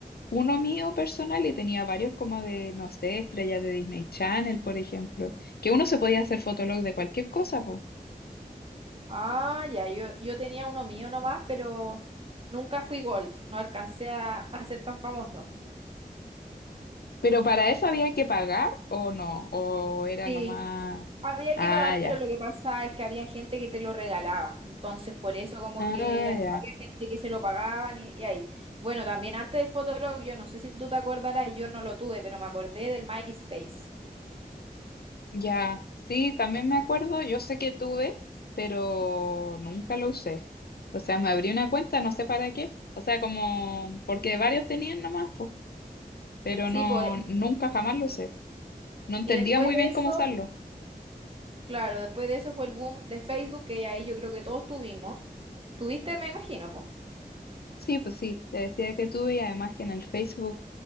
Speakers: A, on the left; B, on the right.
A: uno mío personal y tenía varios como de, no sé, estrellas de Disney Channel, por ejemplo, que uno se podía hacer fotolog de cualquier cosa, po.
B: Ah, ya, yo, yo tenía uno mío nomás, pero nunca fui Gold, no alcancé a, a ser tan famoso.
A: Pero para eso había que pagar o no, o era
B: Sí,
A: nomás...
B: Había
A: Ah,
B: que pagar,
A: ya,
B: pero lo que pasa es que había gente que te lo regalaba. Entonces, por eso como
A: ah,
B: que
A: ya,
B: había gente que se lo pagaban y, y ahí. Bueno, también antes del Fotolog, yo no sé si tú te acordarás, yo no lo tuve, pero me acordé del MySpace.
A: ya. Sí, también me acuerdo, yo sé que tuve, pero nunca lo usé. O sea, me abrí una cuenta, no sé para qué. O sea, como, porque varios tenían nomás, po, pero
B: Sí,
A: no,
B: pues, y,
A: nunca jamás lo usé. No entendía
B: y después
A: muy
B: de
A: bien
B: eso,
A: cómo usarlo.
B: claro, después de eso fue el boom de Facebook, que ahí yo creo que todos tuvimos. Tuviste, me imagino, pues.
A: Sí, pues sí, te decía que tuve y además que en el Facebook